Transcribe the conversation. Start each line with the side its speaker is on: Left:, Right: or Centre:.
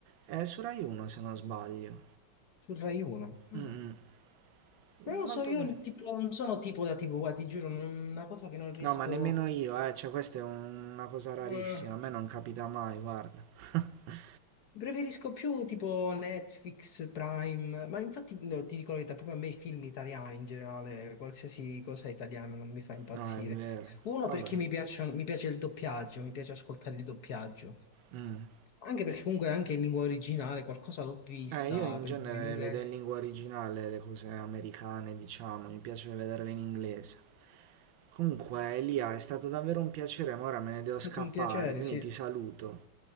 Right: È su Rai 1 se non sbaglio.
Left: Su Rai 1? Ah.
Right: Mm, mm,
Left: Non lo
Right: molto
Left: so, io
Right: carino.
Left: tipo, non sono tipo da tipo, guarda, ti giuro, non- una cosa che non riesco...
Right: No, ma nemmeno io, eh, cioè questa è un- una cosa rarissima,
Left: Mm.
Right: a me non capita mai, guarda. <laughs>
Left: Preferisco più tipo Netflix, Prime, ma infatti no, ti dico la verità, proprio a me i film italiani in generale, qualsiasi cosa italiana non mi fa impazzire.
Right: No, è vero.
Left: Uno
Right: Vabbè.
Left: perché mi piacciono- mi piace il doppiaggio, mi piace ascoltare il doppiaggio.
Right: Mm.
Left: Anche perché comunque anche in lingua originale qualcosa l'ho vista,
Right: Eh, io in
Left: per
Right: genere
Left: esempio in inglese.
Right: vedo in lingua originale le cose americane, diciamo, mi piace vederle in inglese. Comunque, Elia, è stato davvero un piacere, ma ora me ne devo
Left: stato
Right: scappare,
Left: un piacere,
Right: quindi
Left: sì.
Right: ti saluto.